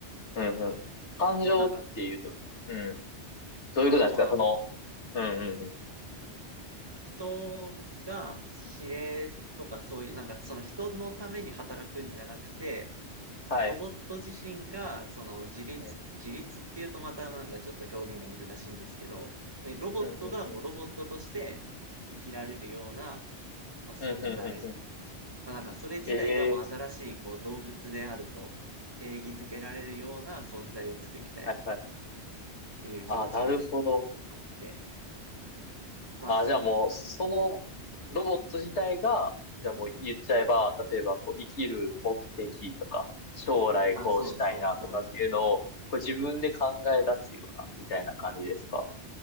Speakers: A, on the left; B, on the right.
A: うんうん。感情っていうと、
B: そう、なんか、
A: うん。どういうことなんですかその、
B: まあ、要は、
A: うんうんうん。
B: 人が指令とかそういう、なんかその人のために働くんじゃなくて、
A: はい。
B: ロボット自身が、その自立、
A: うん
B: 自立っていうとまたなんかちょっと表現が難しいんですけど、ねロボットがもうロボットとして生きられるような、
A: うんうんうん。
B: まあ、存在。
A: うんうんうんうん。
B: まあなんかそれ自体がもう新しいこう動物であると定義づけられるような存在を作りたいっ
A: ええはいはい。
B: ていう気持ちが
A: あ、なるほど。
B: あって、まあ、
A: あ、
B: す
A: じゃあもう、そのロボット自体が、じゃあもう言っちゃえば、例えばこう生きる目的とか、将来こうしたいなとかっていうのを、
B: あ、そうそうそうです。
A: こう自分で考え出すような、みたいな感じですか